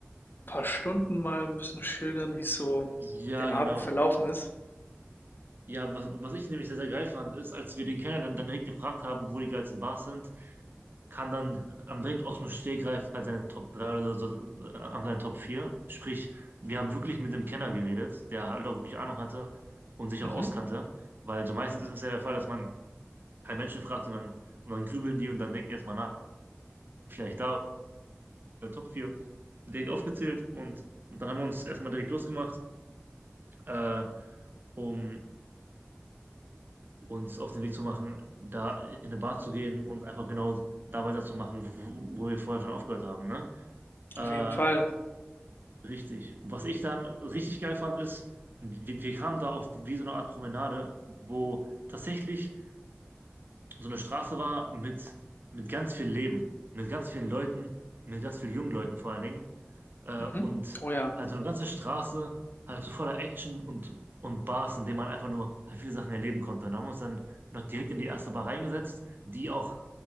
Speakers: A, on the left (about 50°); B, on the right (about 50°).
A: Paar Stunden mal ein bisschen schildern, wie so
B: Ja,
A: der Abend
B: genau.
A: verlaufen ist?
B: Ja, was, was ich nämlich sehr, sehr geil fand, ist, als wir den Kenner dann, dann direkt gefragt haben, wo die geilsten Bars sind, kam dann am direkt aus dem Stegreif halt seine Top 3 oder so, äh, an seine Top 4. Sprich, wir haben wirklich mit dem Kenner geredet, der halt auch wirklich Ahnung hatte und sich
A: Mhm.
B: auch auskannte. Weil so meistens ist es ja der Fall, dass man keinen Menschen fragt und dann, und dann grübeln die und dann denken die erstmal nach, vielleicht da oder Top 4, direkt aufgezählt und, und dann haben wir uns erstmal direkt losgemacht, äh, um uns auf den Weg zu machen, da in eine Bar zu gehen und einfach genau da weiterzumachen, wo, wo wir vorher schon aufgehört haben, ne? Äh,
A: Auf jeden Fall.
B: richtig. Was ich dann richtig geil fand, ist, wir, wir kamen da auf wie so eine Art Promenade, wo tatsächlich so eine Straße war mit, mit ganz viel Leben, mit ganz vielen Leuten, mit ganz vielen jungen Leuten vor allen Dingen äh,
A: Mhm.
B: und
A: Oh ja,
B: halt so eine ganze Straße halt so voller Action und, und Bars, in denen man einfach nur halt viele Sachen erleben konnte. Und da haben wir uns dann noch direkt in die erste Bar reingesetzt, die auch